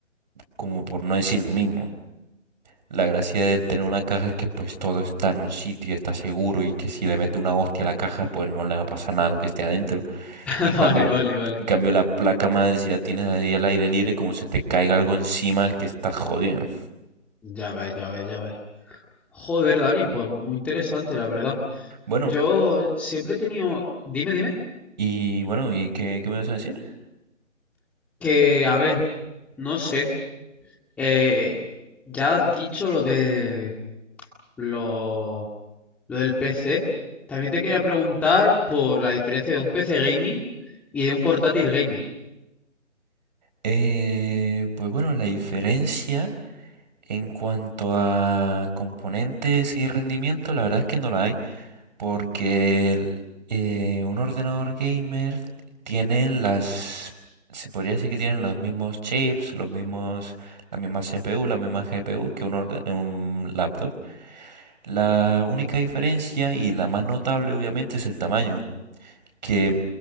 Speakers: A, on the right; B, in the centre.
A: como por no decir lo mismo. La gracia de tener una caja es que pues todo está en un sitio, está seguro y que si le mete una hostia a la caja pues no le va a pasar nada a lo que esté adentro.
B: <laughs>
A: En cambio,
B: Vale, vale, vale.
A: en cambio la placa madre si la tienes ahí al aire libre como se te caiga algo encima que está jodido.
B: Ya ves, ya ves, ya ves. Joder, Dani, pues muy interesante, la verdad.
A: Bueno,
B: Yo siempre he tenido, dime, dime,
A: y bueno, ¿y qué, qué me vas a decir?
B: que, a ver, no sé. Eh, ya has dicho lo de lo, lo del PC. También te quería preguntar por la diferencia de un PC gaming y de un portátil gaming.
A: Eh, pues bueno, la diferencia en cuanto a componentes y rendimiento, la verdad es que no la hay. Porque el- eh, un ordenador gamer tiene las, se podría decir que tienen los mismos chips, los mismos, la misma CPU, la misma GPU que un, orde- un laptop. La única diferencia y la más notable obviamente es el tamaño, que